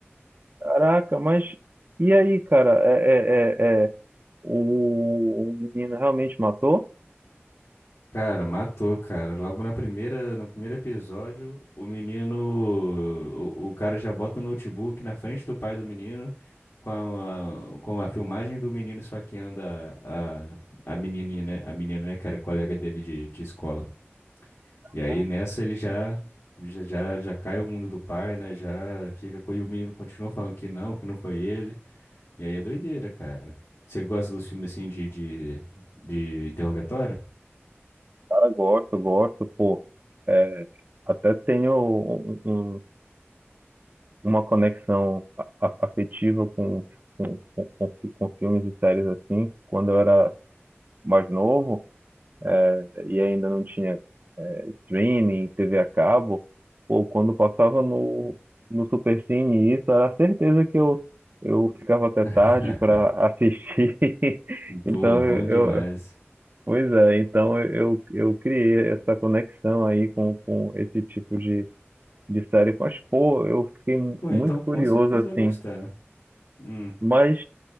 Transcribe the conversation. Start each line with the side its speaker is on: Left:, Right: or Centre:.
Right: caraca, mas e aí, cara? É, é, é, é, o, o menino realmente matou?
Left: Cara, matou, cara. Logo na primeira, no primeiro episódio, o menino, o, o cara já bota o notebook na frente do pai do menino, com a, com a filmagem do menino esfaqueando a, a, a menininha, né? A menina, né, cara, colega dele de, de escola. E aí
Right: Ah,
Left: nessa ele já,
Right: os
Left: já, já, já cai o mundo do pai, né? Já fica com, e o menino continua falando que não, que não foi ele. E aí é doideira, cara. Você gosta dos filmes assim de, de, de interrogatório?
Right: Cara, gosto, gosto, pô. É, até tenho um, um- uma conexão a- a- afetiva com, com, com, com fi- com filmes e séries assim, quando eu era mais novo eh, e ainda não tinha eh, streaming, TV a cabo, ou quando passava no, no Supercine, isso era certeza que eu, eu ficava até
Left: <laughs>
Right: tarde para assistir. <laughs> Então,
Left: Pô, bom
Right: eu,
Left: demais.
Right: eu- pois é, então eu, eu criei essa conexão aí com, com esse tipo de, de série. Mas, pô, eu fiquei
Left: Pô,
Right: muito
Left: então com
Right: curioso
Left: certeza
Right: assim.
Left: vai gostar. Hum.
Right: Mas